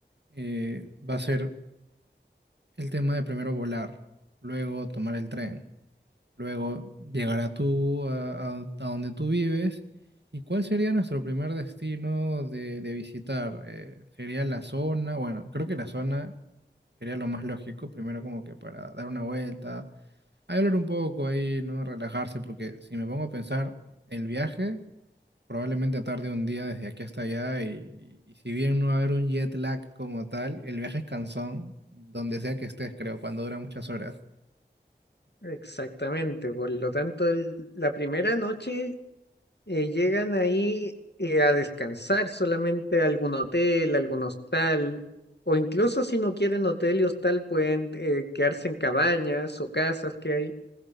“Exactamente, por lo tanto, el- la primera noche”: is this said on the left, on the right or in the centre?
Left